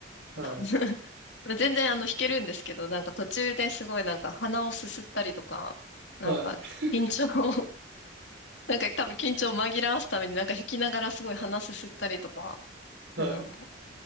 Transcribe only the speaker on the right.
はい。
はい。はい。
はい